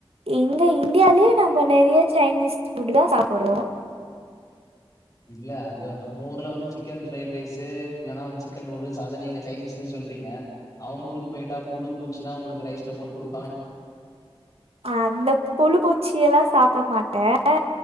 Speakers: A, on the right; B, on the left.
A: எங்க இந்தியாலயே நம்ம நிறைய சைனீஸ் புஃபுட் தான் சாப்பிடுறோம்
B: இல்ல அது நம்ம ஊர்ல வந்து சிக்கன் ஃரைட் ரைஸ் இல்லைனா வந்து சிக்கன் நூடுல்ஸ் அத நீங்க சைனீஸ்ன்னு சொல்றீங்க அவங்க ஊருக்கு போயிட்டா புழு பூச்சி எல்லாம் உங்களுக்கு ரைஸ்ல போட்டு கொடு
A: அந்த புழு பூச்சிய எல்லாம் சாப்பிட மாட்டேன் ஆ